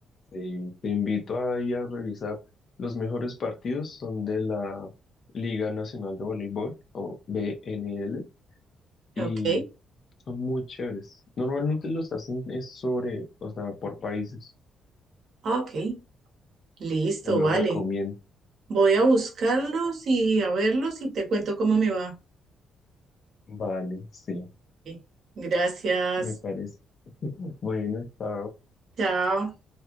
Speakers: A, on the left; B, on the right.
A: Sí, te invito ahí a revisar. Los mejores partidos son de la Liga Nacional de Voleibol o BNL y
B: Ok,
A: son muy chéveres. Normalmente los hacen es sobre, o sea, por países.
B: ok, listo,
A: Te los
B: vale.
A: recomiendo.
B: Voy a buscarlos y a verlos y te cuento cómo me va.
A: Vale, sí,
B: Ok, Gracias.
A: me parece. Bueno, está
B: Chao.